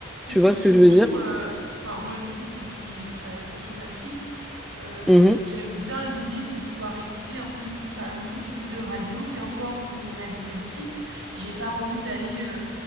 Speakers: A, in the centre; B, on the right.
A: Tu
B: Et puis
A: vois ce
B: surtout,
A: que je veux dire?
B: euh, enfin, moi, du coup, qui suis bah, consommatrice, euh,
A: Mhm.
B: j'aime bien l'idée de pouvoir écouter un peu tout, par exemple, tout type de radio, qu'importe mon avis politique. J'ai pas envie d'aller. euh,